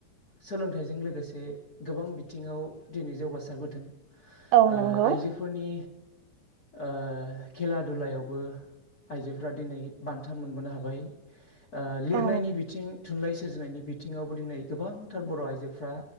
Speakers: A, on the left (about 40°); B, on the right (about 90°).
A: सोलोंथाइजों लोगोसे गोबां बिथिङाव दिनै जौगासारबोदों
B: औ
A: ओ
B: नंगौ
A: आइजोफोरनि ओ खेला दुलायावबो आइजोफ्रा दिनै बान्था मोनबोनो हाबाय ओ लिरनायनि
B: औ
A: बिथिं थुनलाइ सोरजिनायनि बिथिङावबो दिनै गोबांथार बर' आइजोफ्रा